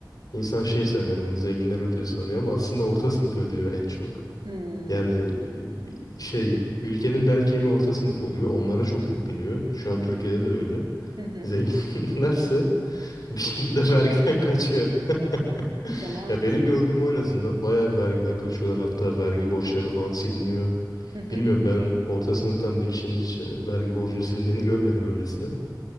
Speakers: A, on the left; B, on the right.
A: İnsan şey sanıyor yani bunu zenginler ödüyor sanıyor ama aslında orta sınıf ödüyor en çok.
B: Hımm.
A: Yani e, şey ülkenin bel kemiği orta sınıf oluyor. Onlara çok yük biniyor. Şu an Türkiye'de de öyle.
B: Hı hı.
A: Zenginlerse bir şekilde <laughs> vergiden kaçıyor. <laughs>
B: Ya, maalesef.
A: Ya benim gördüğüm o en azından bayağı vergiden kaçıyorlar. Hatta vergi borçları falan siliniyor.
B: Hı hı.
A: Bilmiyorum ben orta sınıftan bir kişinin hiç yani vergi borcunun silindiğini görmedim öylesine.